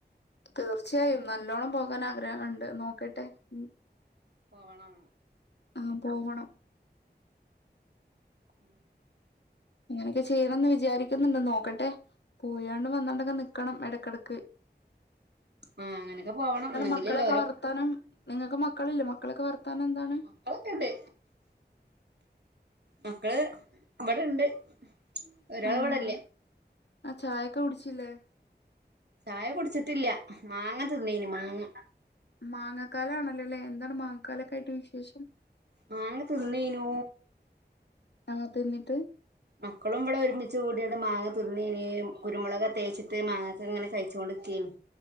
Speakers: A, on the left; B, on the right.
A: തീർച്ചയായും നല്ലോണം പോ ആഗ്രഹമുണ്ട് നോക്കട്ടെ മ്
B: പോവണം
A: ആ പോവണം
B: <inaudible>
A: അങ്ങനെയൊക്കെ ചെയ്യണന്ന് വിചാരിക്കുന്നുണ്ട് നോക്കട്ടെ പോയണ്ട് വന്നണ്ടൊക്കെ നിക്കണം ഇടക്കിടക്ക്
B: ആഹ അങ്ങനൊക്കെ പോവണം എന്നെങ്കിലലെ
A: മക്കളൊക്കെ വർത്താനം നിങ്ങക്ക് മക്കളില്ലേ മക്കളൊക്കെ വർത്താനം എന്താണ്
B: മക്കളൊക്കെണ്ട് മക്കള് ഇവിടെണ്ട് ഒരാൾ
A: ആഹ്
B: ഇവിടില്ല
A: ആ ചായൊക്കെ കുടിച്ചില്ലേ
B: ചായ കുടിച്ചിട്ടില്ല മാങ്ങതിന്നയ്ന് മാങ്ങ
A: മാങ്ങക്കാലണല്ലോല്ലേ എന്താണ് മാങ്ങക്കാലായിട്ട് വിശേഷം
B: മാങ്ങതിന്നെനൂ
A: അങ്ങ തിന്നിട്ട്
B: മക്കളും ഇവിടെ ഒരുമിച്ച് കൂടിയാണ് മാങ്ങ തിന്നീൻ കുരുമുളക് തേച്ചിട്ട് മാങ്ങൊക്കെ ഇങ്ങനെ കഴിചോണ്ടിരിക്കുകയാണ്